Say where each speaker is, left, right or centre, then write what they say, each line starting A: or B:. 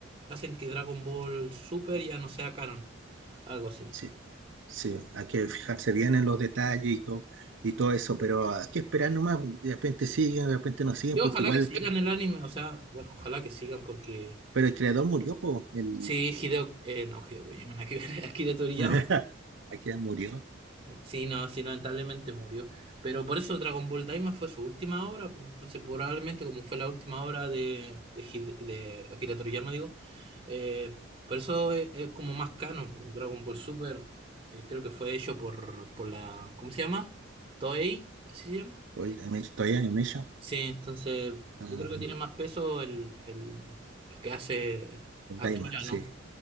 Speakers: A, on the right (about 25°); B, on the right (about 65°).
A: hacen que Dragon Ball Super ya no sea canon, algo así.
B: sí, sí, hay que fijarse bien en los detalles y todo, y todo eso, pero hay que esperar nomás, de repente siguen, de repente no siguen,
A: yo
B: porque
A: ojalá
B: igual,
A: que
B: el
A: sigan
B: crea-
A: el anime, o sea, bueno, ojalá que sigan porque
B: pero el creador murió, pues, el,
A: sí, Hideo, eh, no, Hideo Kojima, nada que ver, <laughs> Akira Toriyama
B: <laughs> Akira murió,
A: Sí, no, sí, lamentablemente murió. Pero por eso Dragon Ball Daima fue su última obra. pues, Entonces, probablemente como fue la última obra de, de, Hide- de Akira Toriyama, digo, eh, por eso es, es como más canon. pues. Dragon Ball Super eh, creo que fue hecho por, por la, ¿cómo se llama? Toei, así se llama.
B: Toy- Anima- Toei Animation,
A: Sí, entonces yo
B: ah,
A: creo que tiene más peso el, el, lo que hace
B: Daima,
A: Akira,
B: sí,
A: ¿no?